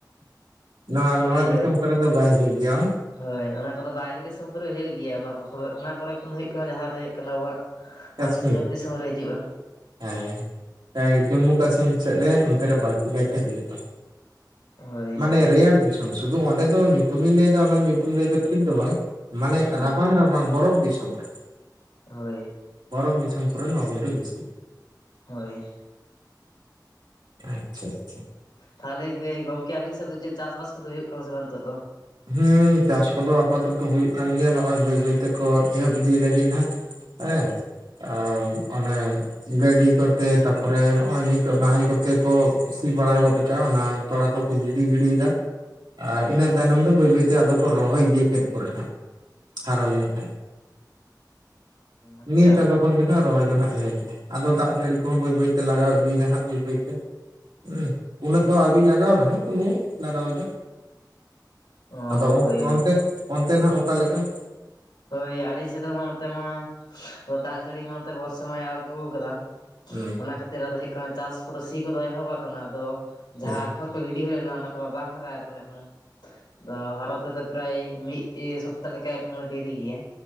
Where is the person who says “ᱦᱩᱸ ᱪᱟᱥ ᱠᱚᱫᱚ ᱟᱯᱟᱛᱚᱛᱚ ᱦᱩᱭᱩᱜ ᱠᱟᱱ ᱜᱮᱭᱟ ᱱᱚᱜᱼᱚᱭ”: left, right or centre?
Right